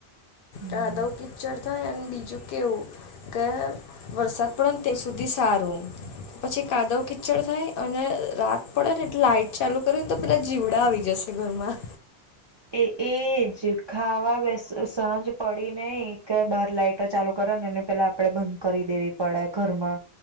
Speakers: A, on the right; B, on the left.
A: હમ.
B: રાદવ કિચ્ચર થાય અન બીજું કેવું કે વરસાદ પડે તે સુધી સારું પછી કાદવ કીચડ થાય અને રાત પડે ને એટલે લાઈટ ચાલુ કરે ને તો પેલા જીવડા આવી જશ ધરમાં.
A: એ એજ ખાવા બેસ સાંજ પડી નઈ કે બાર લાઇ ટ ચાલુ કર ન ને પેલા આપડે બંધ કરી દેવી પડે ઘરમાં